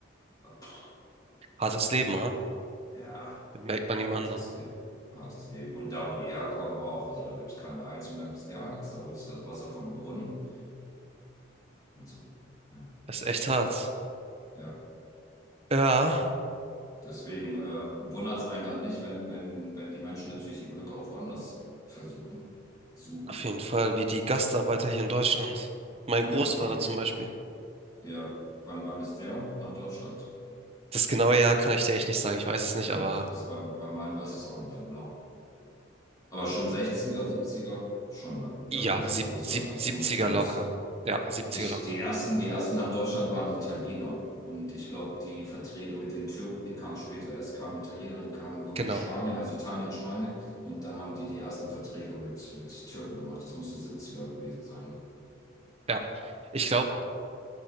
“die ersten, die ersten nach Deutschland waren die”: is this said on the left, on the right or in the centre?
Left